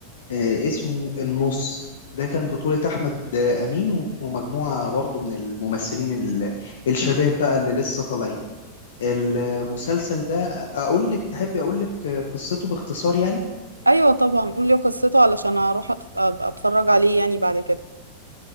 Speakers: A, on the left; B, on the right.
A: آه، اسمه النص ده كان بطولة أحمد آه، أمين ومجموعة برضو من الممثلين ال- الشباب بقى اللي لسه طالعين المسلسل ده أقول لك تحبي أقول لك آه، قصته باختصار يعني
B: ايوه طبعا قول لي قصته علشان اروح أت- أبقى اتفرج عليه يعني بعد كده